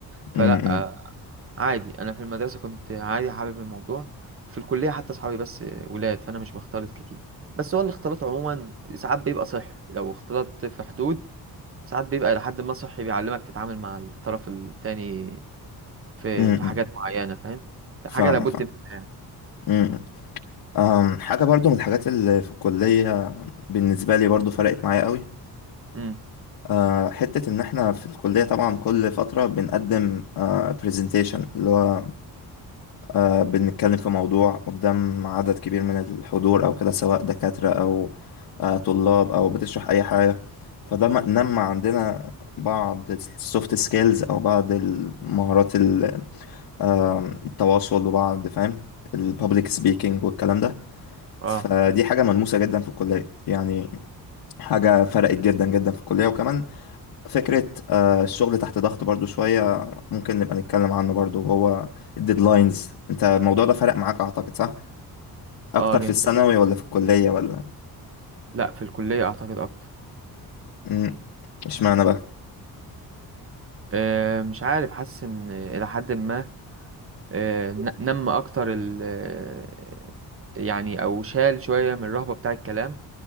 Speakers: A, on the right; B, on the left.
A: فلا
B: امم
A: أه عادي أنا في المدرسة كنت عادي حابب الموضوع وفي الكلية حتى أصحابي بس ولاد فأنا مش بختلط كتير بس هو الاختلاط عموما ساعات بيبقى صحي لو اختلطت في حدود ساعات بيبقى لحد ما صحي بيعلمك تتعامل مع الطرف التاني في
B: امم
A: في حاجات معينة فاهم
B: فاهم
A: حاجة لابد
B: فاهم
A: منها يعني
B: امم أم، حاجة برضو من الحاجات اللي في الكلية بالنسبة لي برضو فرقت معايا قوي
A: امم
B: آه، حتة إن إحنا في الكلية طبعا كل فترة بنقدم برزنتيشن اللي هو آه، بنتكلم في موضوع قدام عدد كبير من الحضور أو كده سواء دكاترة أو آه، طلاب أو بتشرح أي حاجة فده م- نمى
A: امم
B: عندنا بعض السوفت سكيلز أو بعض المهارات ال- آم، التواصل وبعض فاهم البابليك سبيكينج والكلام ده
A: اه
B: فدي حاجة ملموسة جدا في الكلية يعني حاجة فرقت جدا جدا في الكلية وكمان فكرة آه، الشغل تحت ضغط برضو شوية ممكن نبقى نتكلم عنه برضو وهو الديدلاينز انت الموضوع ده فرق معاك اعتقد صح؟ اكتر
A: اه جدا
B: في الثانوي ولا في الكلية ولا
A: لا في الكلية اعتقد اكتر
B: مم. اشمعنى بقى؟
A: آه مش عارف حاسس ان الى حد ما آه ن- نم اكتر ال آه، يعني او شال شوية من الرهبة بتاع الكلام